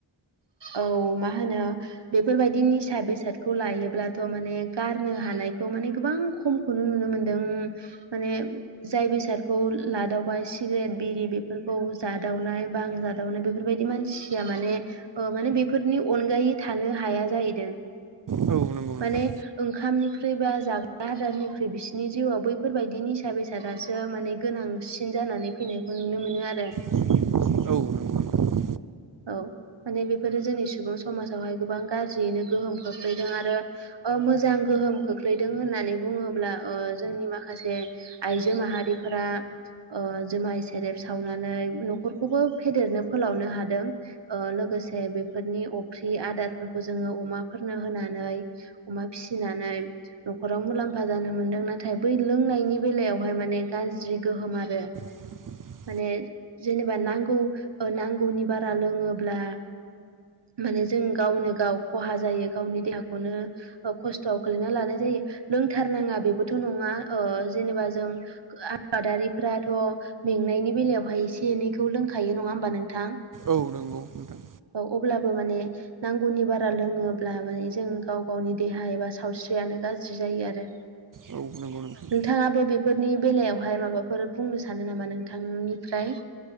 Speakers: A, on the right (about 60°); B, on the right (about 45°).
A: औ मा होनो बेफोरबायदि निसा बेसाद खौ लायोब्लाथ' माने गारनो हानायखौ माने गोबां खमखौनो नुनो मोनदों माने जाय बेसादखौ लादावबाय सिगारेट बिरि बेफोरखौ जादावनाय बां जादावनाय बेफोरबायदि मानसिया माने ओ माने बेफोरनि अनगायै थानो हाया जायैदों
B: औ नंगौ नोंथां
A: माने ओंखामनि ख्रुइ बा जाग्रा आदारनिख्रुइ बिसोरनि जिउआव बैफोरबायदि निसा बेसादासो माने गोनांसिन जा जानानै फैनायखौ नुनो मोनो आरो
B: औ नंगौ नोंथां
A: औ माने बेफोरो जोंनि सुबुं समाजावहाय गोबां गाज्रियैनो गोहोम खोख्लैदों आरो ओ मोजां गोहोम खोख्लैदों होननानै बुङोब्ला ओ जोंनि माखासे आइजो माहारि फोरा ओ जुमाइ सेरेब सावनानै न'खरखौबो फेदेरनो फोलावनो हादों ओ लोगोसे बेफोरनि अफ्रि आदारफोरखौ जोङो अमाफोरनो होनानै अमा फिसिनानै न'खराव मुलाम्फा जानो मोनदों नाथाय बै लोंनायनि बेलायावहाय माने गाज्रि गोहोम आरो
B: <inaudible>
A: माने जेनेबा नांगौ ओ नांगौनि बारा लोङोब्ला माने जों गावनो गाव खहा जायो गावनि देहाखौनो ओ खस्थ'वाव खोलैना लानाय जायो लोंथारनाङा बेबोथ' नङा ओ जेनेबा जों आबादारिफोराथ' मेंनायनि बेलायावहाय एसे एनैखौ लोंखायो नङा होमबा नोंथां
B: औ नंगौ नोंथां
A: औ अब्लाबो माने नांगौनि बारा लोङोब्ला माने जों गाव गावनि देहा एबा सावस्रियानो गाज्रि जा यो आरो
B: औ नंगौ नोंथां
A: नोंथाङाबो बे फोरनि बेलायावहाय माबाफोर बुंनो सानो नामा नोंथांनिफ्राय